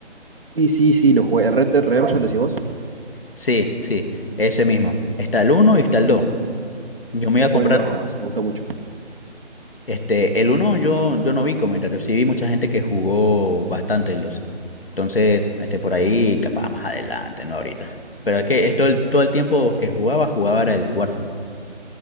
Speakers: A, on the right; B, on the left.
A: Sí, sí, sí, lo jugué. ¿El Red Dead Redemption decís vos?
B: Sí, sí, ese mismo. Está el uno y está el 2. Yo me
A: Yo
B: iba
A: jugué
B: a comprar,
A: el dos, nomás, me gustó mucho.
B: este, el uno, yo, yo no vi comentarios, sí vi mucha gente que jugó bastante en los. Entonces, este, por ahí, capaz más adelante, no ahorita. Pero es que esto, el- todo el tiempo que jugaba, jugaba era el Warzone.